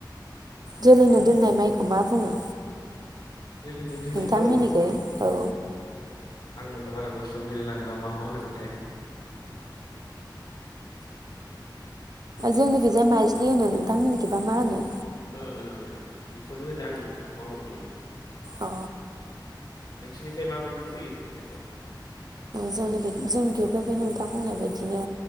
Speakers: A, on the right; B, on the left.
A: जोलैनो
B: उम
A: दोननाय माइखौ मा बुङो?
B: जोलैनो दोननायखौ
A: नोंथां मोननिखै औ
B: आं बारा गोसोआव गैेलायलांला मा-मा होनोमोनथाय। <inaudible>
A: जोंनिखि जाय माइज्लि होनो नोंथांमोननिखि बा मा होनो?
B: ओ ओ बेखौ नो होनो आं बावदोंमोन।
A: अ
B: नोंसिनिखै माबायदि फैयो खोथियाखौ?
A: जोंनिखि जोंनिखिबो बे नोंथां बुंनाय बायदिनो